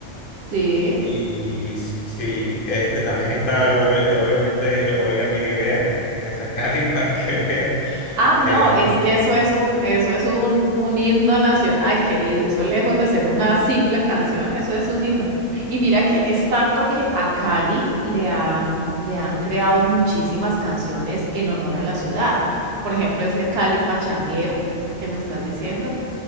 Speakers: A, on the right; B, on the left.
A: Sí.
B: Y sí, este también está el bo- eh, obviamente el Oiga Miribea, venga a Cali <laughs> para que vea
A: Ah,
B: que
A: no, es que eso es un, eso es un, un himno nacional, querido. Eso lejos de ser una simple canción, eso es un himno. Y mira que es tanto que a Cali le han, le han creado muchísimas canciones en honor a la ciudad. Por ejemplo, ese Cali Pachanguero, ese que me estás diciendo.